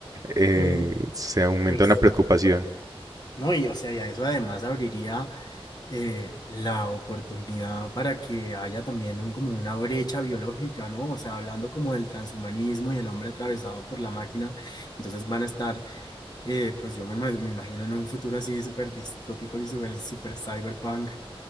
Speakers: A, on the right; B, on the left.
A: eh,
B: Y mi-
A: se aumenta
B: pues,
A: una preocupación.
B: no, y o sea, y a eso además abriría eh, la oportunidad para que haya también un, como una brecha biológica, ¿no? O sea, hablando como del transhumanismo y el hombre atravesado por la máquina, entonces van a estar Eh, pues yo me, ima- me imagino en un futuro así súper distópico y súper súper cyberpunk,